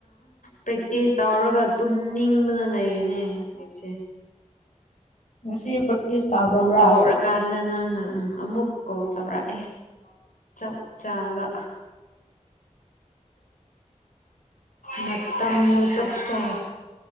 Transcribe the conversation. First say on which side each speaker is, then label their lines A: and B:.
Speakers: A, on the left; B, on the left.
A: ꯄ꯭ꯔꯦꯛꯇꯤꯁ ꯇꯧꯔꯒ ꯇꯨꯝꯅꯤꯡꯕꯅ ꯂꯩꯔꯤꯅꯦ ꯍꯧꯖꯤꯛꯁꯦ
B: ꯉꯁꯤ ꯄ꯭ꯔꯦꯛꯇꯤꯁ ꯇꯧꯗꯕ꯭ꯔꯥ
A: ꯇꯣꯛꯔꯀꯥꯟꯗ ꯅꯪ ꯎꯟ ꯎꯝ ꯑꯃꯨꯛ ꯀꯣꯜ ꯇꯧꯔꯛ ꯑꯦ ꯆꯞ ꯆꯥꯕ ꯃꯇꯝꯗꯨ ꯆꯞ ꯆ